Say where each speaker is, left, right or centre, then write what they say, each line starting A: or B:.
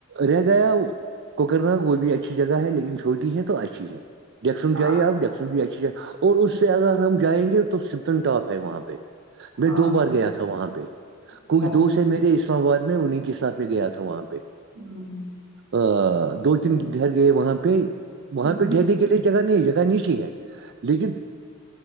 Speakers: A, on the right; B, on the right.
A: رہ گیا کوکر ناگ وہ بھی اچھی جگہ ہے لیکن چوٹی ہے تو اچھی ہے جیکسن
B: ہاں
A: جائیے آپیکس بھی اچھی ج <unintelligible> اور اس سے اگر ہم جائیں گے تو ستن ٹاپ ہے وہاں پہ میں
B: ہاں
A: دو بار گیا تھا وہاں پہ
B: اچھا
A: کچھ دوست ہیں میرے اس اسلام آباد میں انہیں کے ساتھ میں گیا تھا وہاں پہ
B: ہوں <inaudible>
A: ا دو تین ٹھر گئے وہاں پہ وہاں
B: ہوں
A: پہ ھہرنے کے لیے جگہ نہیں ہے جگہ نیچے ہے لیکن